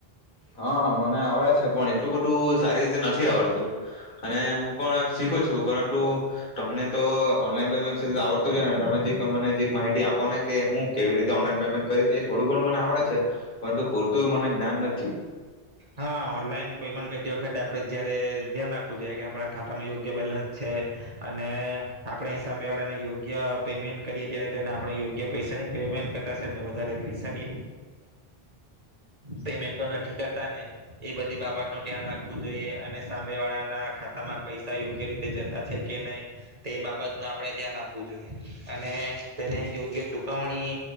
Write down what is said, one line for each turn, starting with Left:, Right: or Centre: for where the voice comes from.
Left: હા, મને આવડે છે, પણ એટલું બધું સારી રીતે નથી આવડતું અને હું પણ શીખું છું. પરંતુ તમને તો ઓનલાઈન પેમેન્ટ વિશે આવડતું જ ને? તમેજીક મને જે એક માહિતી આપો ને કે હું કેવી રીતે? ઓનલાઈનેમેન્ટ કરીશ એ થોડું ઘણું મનેડે છે. પરંતુ પૂરતું મને જ્ઞાન નથી.
Right: હા, ઓનલાઈન પેમેન્ટ કરતી વખતે આપડે જયારે ધ્યાન રાખવું જોઈએ કે આપડા ખાતામાં યોગ્ય બેલેન્સ છે, અને આપડણે સામે વાળા ને યોગ્ય પેમેન્ટ કરીએ ત્યારે તેને આપણે યોગ્ય પૈસાની પેમેન્ટ કરશે વધારે પૈસાની પેમેન્ટો નથી. ને એ બધી બાબત નું ધ્યાન રાખવું જોઈએ અને સાંભે વાળા ના ખાતામાં પૈસા યોગ્ય રીતે જતા છે, કે નહી તે બાબત ન આપણે ધ્યાન આપવું જોઈએ અને તેને યોગ્ય ચુકવણી